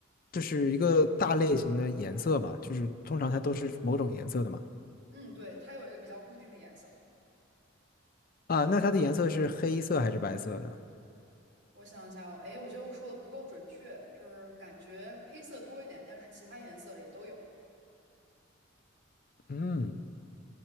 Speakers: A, on the left; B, on the right.
A: 就是一个大类型的颜色嘛，就是通常它都是某种颜色的嘛。
B: 嗯，对，它有一个比较固定的颜色。
A: 啊，那它的颜色是黑色还是白色呢？
B: 我想一下哦，哎，我觉得我说的不够准确，就是感觉黑色多一点，但是其他颜色也都有。
A: 嗯，